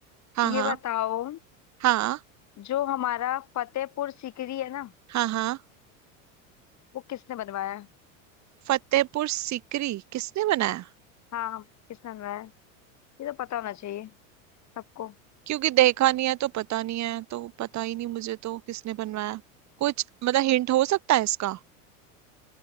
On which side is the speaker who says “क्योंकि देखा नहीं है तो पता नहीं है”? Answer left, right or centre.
Right